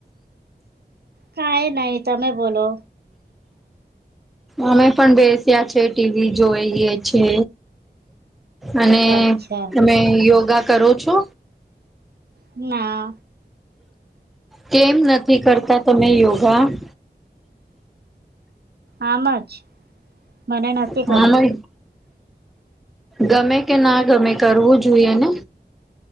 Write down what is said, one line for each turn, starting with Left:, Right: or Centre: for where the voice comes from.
Right: કઈ નહી તમે બોલો
Centre: અમે પણ બેસ્યા છે ટીવી જોઈએ છે. અને
Right: અચ્છા
Centre: તમે યોગા કરો છો?
Right: ના.
Centre: કેમ નથી કરતા તમે યોગા. <inaudible>
Right: આમ જ મને નથી
Centre: હા
Right: ગમે.
Centre: ગમે કે ના ગમે કરવું જોઈએને.